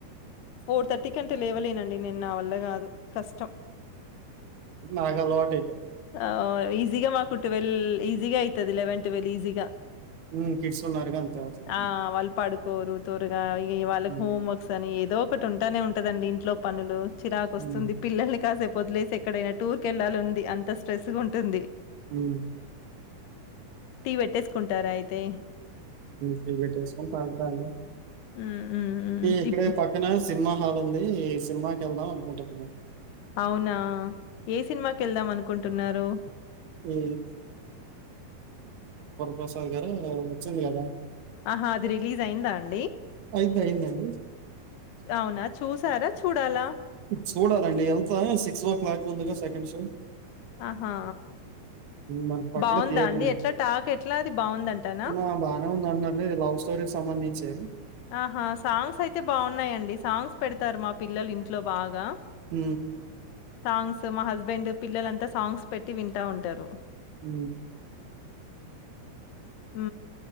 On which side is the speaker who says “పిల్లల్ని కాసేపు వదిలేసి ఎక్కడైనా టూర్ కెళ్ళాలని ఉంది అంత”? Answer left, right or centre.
Left